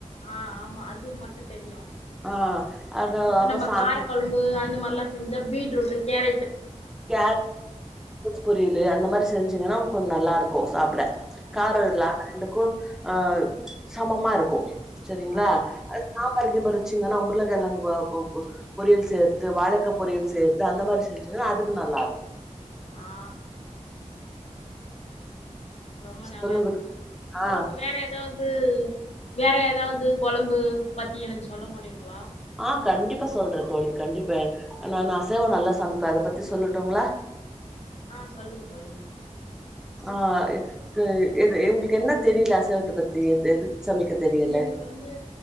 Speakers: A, on the left (about 55°); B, in the centre.
A: ஆஹ் ஆமா அது மட்டு தெரியு
B: ஆ அது
A: இப்ப
B: அப்ப
A: நம்ம
B: சா
A: காரக்கொழம்பு இந்த மார்லா செஞ்சா பீட்ரூட்டு கேர
B: <inaudible> புரியலயே அந்த மாரி ஸ் செஞ்சிங்கன்னா
A: ஆ
B: அவுனுக் கொஞ் நல்லாரு கு சாப்பிட
A: ம்
B: கார இல்லாம ரெண்டு கு ஆ சமமா இருக்கு சரிங்களா
A: ஆ
B: அது சா சாம்பார் கிம்பார் வச்சிங்கன்னா உருளக்கிழங்கு பொ பொ பொரியல் சேத்து வாழக்கா பொரியல் சேத்து அந்த மாரி செஞ்சுங்கன்னா அது நல்லா இருக்கு
A: ஆ ரொம்ப நல்லா
B: சொல்லுங்க
A: இருந்தது உங்களுக்கு
B: ஆ
A: வேற ஏதாவது து வேற ஏதாவது கொழம்பு பத்தி எனக்கு சொல்ல முடியுங்களா
B: ஆ கண்டிப்பா சொல்ற தோழி கண்டிப்பா நானு அசைவம் நல்லா சமைப்பே அத பத்தி சொல்லட்டுங்களா
A: ஆ சொல்லுங்க தோழி
B: ஆக் கு எது உங்களுக்கு என்ன தெரியல அசைவத்த பத்தி எது சமைக்க தெரியல
A: எனக்கு வந்து